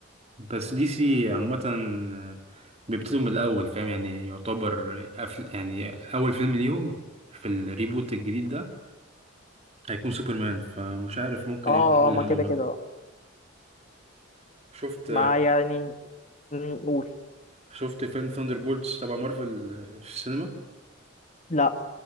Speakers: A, on the right (about 30°); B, on the left (about 35°).
A: بس دي سي عامه آه، بيبتدوا من الاول فاهم يعني يعتبر أفل... يعني اول فيلم ليهم في الريبوت الجديد ده هيكون سوبرمان فمش عارف ممكن
B: اه
A: يعمل حاجة حلوة
B: آه، ما كده
A: بقى
B: كده
A: <laughs> شفت
B: مع يعني م، قول
A: شفت فيلم ثاندر بولتس تبع مارفل في السينما
B: لا